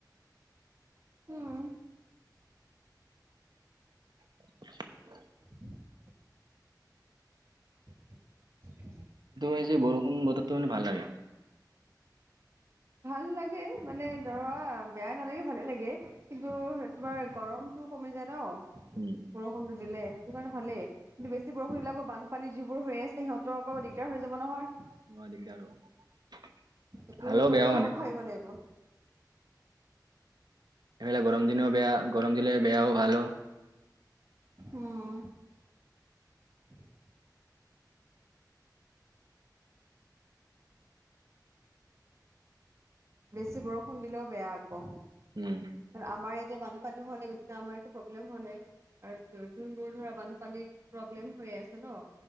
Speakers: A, on the right; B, on the right.
A: উম।
B: <inaudible>
A: <inaudible> <inaudible>
B: কিন্তু যে বৰষুণ বতৰটো মানে ভাল লাগে।
A: ভাল লাগে মানে ধৰা বেয়া নালাগে ভালে লাগে। কিন্তু তোমাৰ গৰমটো কমি যায় ন।
B: উম।
A: বৰষুণটো দিলে হেতু কাৰণে ভালেই। বৰষুণ দিলে আকৌ বানপানী যিবোৰ হৈ আছে সিহঁতৰ আকৌ দিগদাৰ হৈ যাব নহয়।
B: অ', দিগদাৰ হ'ব।
A: সেইটো
B: ভালো
A: কথাও
B: বেয়াও মানে
A: ভাবিব লাগিব।
B: এনেকে গৰম দিনও বেয়া গৰম দিলে বেয়াও ভালো।
A: উম। <inaudible> বেছি বৰষুণ দিলেও বেয়া আকৌ।
B: উম।
A: আমাৰ ইয়াতে বানপানী হোৱা নাই গতিকে আমাৰতো একো প্ৰব্লেম হোৱা নাই। আৰু যোনবোৰ ধৰা বানপানী প্ৰব্লেম হৈয়ে আছে ন